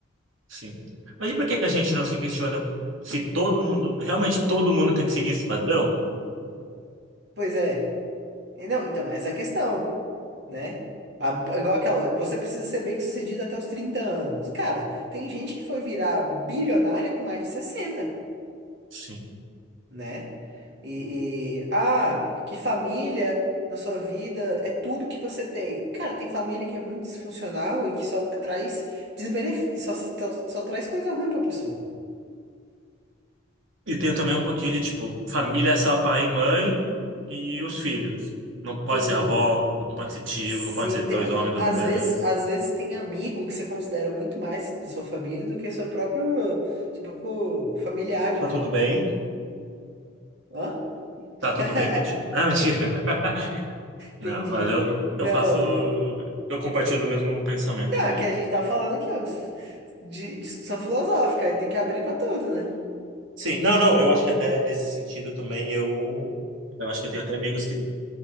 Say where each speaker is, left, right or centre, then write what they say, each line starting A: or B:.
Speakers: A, on the right; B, on the right.
A: Sim. Mas e por que que a gente não se questiona se todo mundo, realmente todo mundo tem que seguir esse padrão?
B: Pois é. E Não, então, essa é a questão. né? A- igual aquela, você precisa ser bem-sucedido até os 30 anos. Cara, tem gente que foi virar bilionária com mais de 60,
A: Sim.
B: né? E, e, ah, que família na sua vida é tudo que você tem. Cara, tem família que é muito disfuncional e que só traz desbenefício, só, só, só traz coisa ruim pra pessoa.
A: E tem também um pouquinho de, tipo, família é só pai e mãe e os filhos. Não pode
B: Tem.
A: ser avó, não pode ser tio,
B: Sim,
A: não pode ser
B: tem-
A: dois homens, duas
B: às
A: mulheres.
B: vezes, às vezes tem amigo que você considera muito mais da sua família do que seu próprio, seu próprio familiar de
A: Tá
B: verdade.
A: tudo bem?
B: Hã?
A: Tá tudo
B: <laughs>
A: bem contigo? Ah, mentira. <laughs> Não,
B: Entendi.
A: mas eu,
B: Não,
A: eu faço. Eu compartilho do mesmo pensamento
B: não,
A: também.
B: é que a gente tá falando aqui, ó, de discussão filosófica, aí tem que abrir pra tudo, né?
A: Sim, não, não, eu acho que até nesse sentido também eu. Eu acho que eu tenho até amigos que